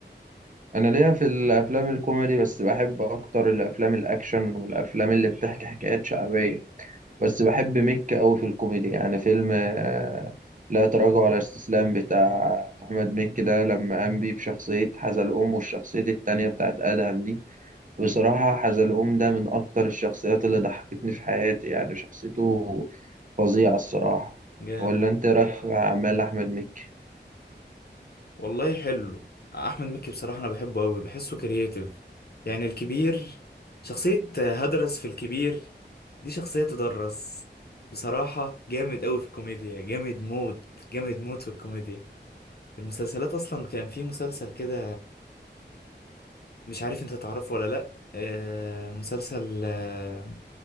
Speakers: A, on the right; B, on the left.
A: انا ليا في الافلام الكوميدي بس بحب اكتر الافلام الاكشن والافلام اللي بتحكي حكايات شعبيه بس بحب ميك قوي في الكوميدي يعني فيلم آه، لا تراجع ولا استسلام بتاع احمد مكي ده لما قام بيه بشخصيه حزلقوم والشخصيه التانية بتاعت ادهم دي بصراحه حزلقوم ده من اكتر الشخصيات اللي ضحكتني في حياتي يعني شخصيته فظيعه الصراحه
B: جامد
A: ولا انت إيه رايك في اعمال احمد مكي
B: والله حلو احمد مكي بصراحه انا بحبه قوي بحسه كرييتيف يعني الكبير شخصيه هدرس في الكبير دي شخصيه تدرس بصراحه جامد قوي في الكوميديا جامد موت جامد موت في الكوميديا المسلسلات اصلا كان في مسلسل كده مش عارف انت تعرفه ولا لا آه، مسلسل آه،